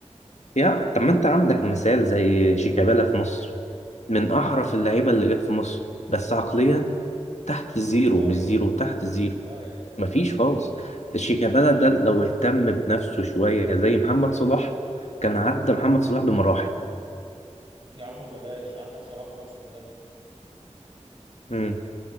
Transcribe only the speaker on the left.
يا طب ما انت عندك مثال زي شيكابالا في مصر من احرف اللعيبه اللي جت في مصر بس عقليا تحت الزيرو
مش زيرو تحت الزيرو
مفيش خالص شيكابالا ده لو اهتم بنفسه شويه زي محمد صلاح كان عدى محمد صلاح بمراحل
امم